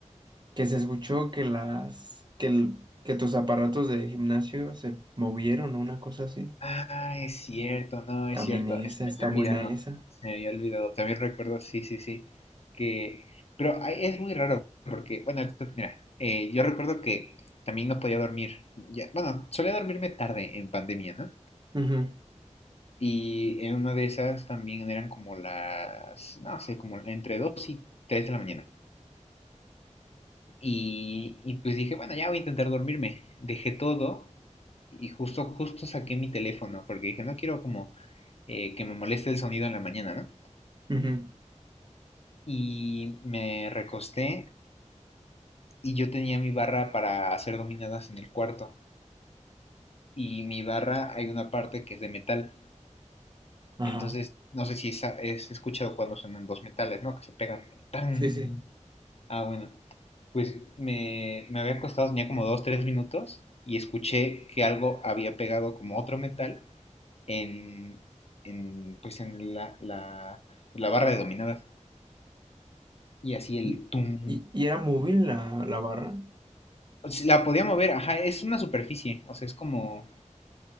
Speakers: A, on the right; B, on the left.
A: que se escuchó que las, que, el- que tus aparatos de gimnasio se movieron o una cosa así.
B: Ah, es cierto, no, es
A: También
B: cierto,
A: esa,
B: es- se me
A: está
B: había
A: buena
B: olvidado,
A: esa.
B: se me había olvidado. También recuerdo, sí, sí, sí, que, pero ay, es muy raro porque, bueno, esto- mira, eh, yo recuerdo que también no podía dormir, ya, bueno, solía dormirme tarde en pandemia, ¿no?
A: Ujú,
B: Y en una de esas también eran como las, no sé, como entre dos y tres de la mañana. Y, y pues dije, bueno, ya voy a intentar dormirme. Dejé todo y justo, justo saqué mi teléfono porque dije, no quiero como eh, que me moleste el sonido en la mañana, ¿no?
A: ujú,
B: Y me recosté y yo tenía mi barra para hacer dominadas en el cuarto. Y mi barra hay una parte que es de metal.
A: Ajá.
B: Entonces, no sé si es, es escuchado cuando suenan dos metales, ¿no? Que se pegan tan,
A: Sí, sí.
B: Ah, bueno. Pues me, me había acostado, tenía como dos, tres minutos y escuché que algo había pegado como otro metal en, en, pues en la, la, la barra de dominadas. Y así el
A: ¿Y,
B: tum.
A: y- y era móvil la, la barra?
B: O sea, La podía mover, ajá, es una superficie, o sea, es como,